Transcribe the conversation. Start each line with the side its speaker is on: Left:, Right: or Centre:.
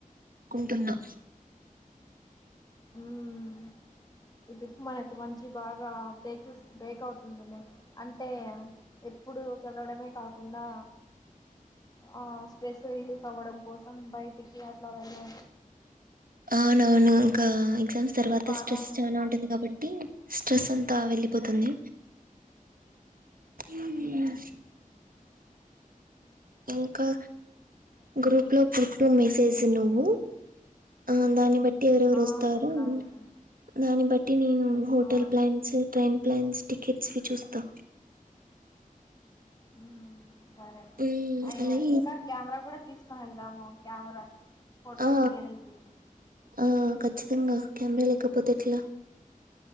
Right: కుంటున్నా
Left: హ్మ్ ఇ ట్రిప్ మనకు మంచి బాగా బేక్సీ బేక్ అవుతుందిలే అంటే ఇప్పుడు చదవడమే కాకుండా ఆ స్ట్రెస్ రిలీఫ్ అవ్వడం కోసం బయిటికి అట్లా వెళ్ళిలి
Right: అవునవును ఇంకా ఎగ్జామ్స్ తర్వాత
Left: బాగా
Right: స్ట్రెస్
Left: హెల్ప్
Right: చానా
Left: అవుతుంది
Right: ఉంటుంది కాబట్టి స్ట్రెస్ అంతా వెళ్ళిపోతుంది మ్మ్,
Left: హ్మ్ హ్మ్
Right: ఇంకా గ్రూప్ లో పెట్టు మెసేజ్ నువ్వు
Left: మ్మ్
Right: ఆ దాన్ని బట్టి ఎవరెవరు
Left: ఆ
Right: వస్తారో
Left: పెడతాను
Right: అని దాని బట్టి నేను హోటల్
Left: ఆ
Right: ప్లాన్స్ ట్రైన్ ప్లాన్స్ న్స్ టికెట్స్‌వి చూస్తా
Left: హ్మ్ హ్మ్ సరే
Right: మ్మ్
Left: అయ
Right: అలాగే
Left: ఇంకా కెమెరా కూడా తీసుకొని వెళ్దాము కామెరా ఫొటోస్
Right: ఆ
Left: దిగనికి
Right: ఆ ఖచ్చితంగా కెమెరా లేకపోతే ఎట్లా